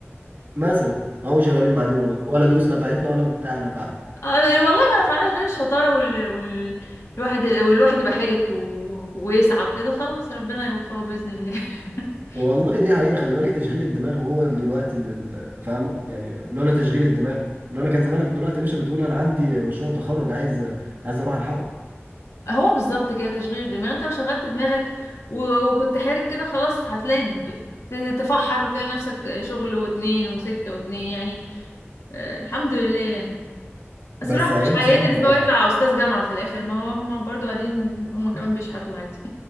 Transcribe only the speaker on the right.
مثلا اهو شغالين بعدين والله ولا دروس نفعتنا ولا بتاع نفعنا
والله دي حقيقة خلي بالك تشغيل الدماغ هو دلوقتي اللي اللي- فاهمة يعني لولا تشغيل الدماغ لولا كان زمانك دلوقتي يا باشا بتقول أنا عندي مشروع تخرج عايز عايز أروح ألحقه
بس
أيام
بصراحة
روعة